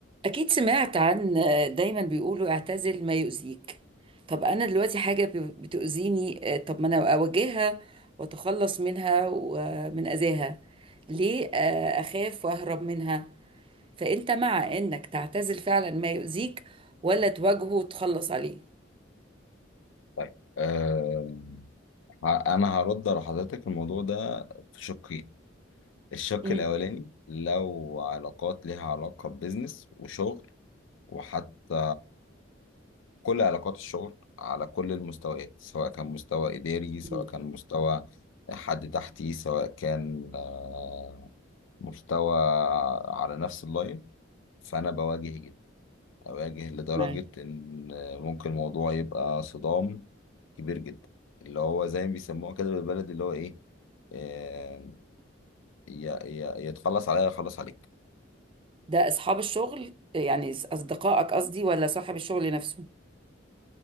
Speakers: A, on the right (about 25°); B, on the left (about 75°).
A: أكيد سمعت عن دايما بيقولوا اعتزل ما يؤذيك طب أنا دلوقتي حاجة ب- بتؤذيني آه، طب ما أنا أواجهها وأتخلص منها ومن أذاها ليه آه، أخاف وأهرب منها فأنت مع إنك تعتزل فعلا ما يؤذيك ولا تواجهه وتخلص عليه
B: طيب أه ه- انا هرد على حضرتك الموضوع ده في شقين الشق
A: مم.
B: الاولاني لو علاقات ليها علاقة ببزنس وشغل وحتى كل علاقات الشغل على كل المستويات سواء كان مستوى اداري سواء
A: مم.
B: كان مستوى حد تحتي سواء كان آه، مستوى على نفس اللاين فانا بواجه جدا أواجه لدرجة
A: أيوة.
B: إن ممكن الموضوع يبقى صدام كبير جدا اللي هو زي ما بيسموها كده بالبلدي اللي هو إيه آه، يا يا يتخلص عليا يخلص عليك
A: ده أصحاب الشغل يعني أصدقائك قصدي ولا صاحب الشغل نفسه